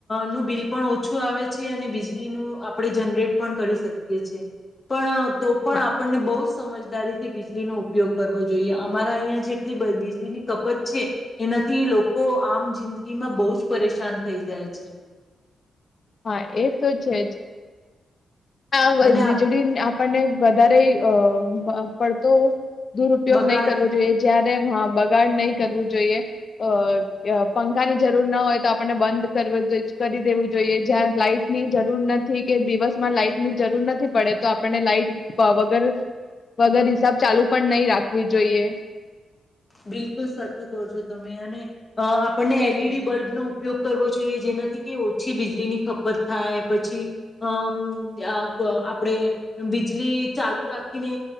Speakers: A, on the left; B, on the left.
A: નું બિલ પણ ઓછું આવે છે અને બીજલી બીજલી નું આપણે જનરેટ પણ કરી શકીએ છે, પણ તો પણ
B: હા
A: આપણને બઉ જ સમજદારી થી બીજલી નો ઉપયોગ કરવો જોઈએ. અમારા અહિયાં જેટલી બ બીજલી ની કપત છે, એનાથી લોકો આમ જિંદગી માં બો જ પરેશાન થઈ જાય છે.
B: હા, એ તો છે જ. આ વજ,
A: અને
B: વીજળી
A: આ
B: ની આપ આપણ ને વધારે અ પડતો દુરુપયોગ
A: બગાડ
B: નહી કરવો જોઈએ. જ્યાં બગાડ નહીં કરવું જોઈએ. અ પંખાની જરૂર ના હોય તો આપણને બંધ કરી દેવું જોઈએ, જ્યાં લાઈટ ની જરૂર નથી કે દિવસમાં લાઈટ ની જરૂર નથી પડે. તો આપણને લાઈટ વગર વગર હિસાબ ચાલુ પણ નહી રાખવી જોઈએ.
A: બિલકુલ સાચું કહો છો તમે અને અ આપણને એલ ઈ ડી બલ્બનો ઉપયોગ કરવો જોઈએ જેનાથી કે ઓછી બીજળી ની ખપત થાય પછી અમ અપ આપણે બીજળી ચાલુ રાખીને